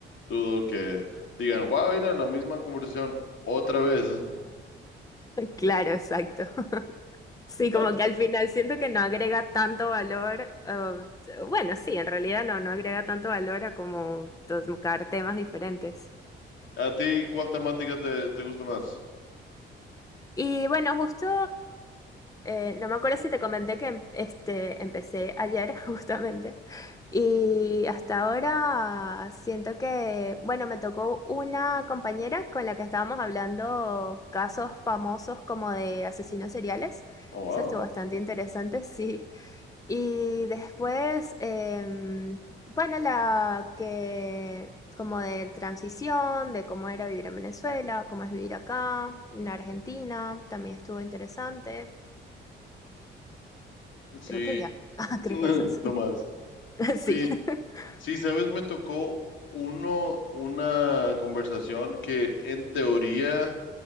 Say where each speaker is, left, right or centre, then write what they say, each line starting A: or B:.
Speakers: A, on the left; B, on the left.
A: Dudo que digan, wow, era la misma conversación otra vez. <laughs>
B: <laughs> Claro, exacto. Sí,
A: ¿A,
B: como
A: ti,
B: que al final siento que no agrega tanto valor, eh, bueno, sí, en realidad no, no agrega tanto valor a como tocar temas diferentes.
A: a ti cuál temática te, te gusta más?
B: Y bueno, justo, eh, no me acuerdo si te comenté que em- este, empecé ayer <laughs> justamente, y hasta ahora siento que, bueno, me tocó una compañera con la que estábamos hablando casos famosos como de asesinos seriales.
A: Oh, wow.
B: Eso estuvo bastante interesante, <laughs> sí. Y después, em, bueno, la que como de transición, de cómo era vivir en Venezuela, cómo es vivir acá, en Argentina, también estuvo interesante.
A: Sí,
B: Creo que ya. <laughs> Ah, creo
A: <laughs>
B: que esas.
A: no más.
B: <laughs>
A: Sí,
B: Sí. <laughs>
A: Sí, sabes, me tocó uno, una conversación que en teoría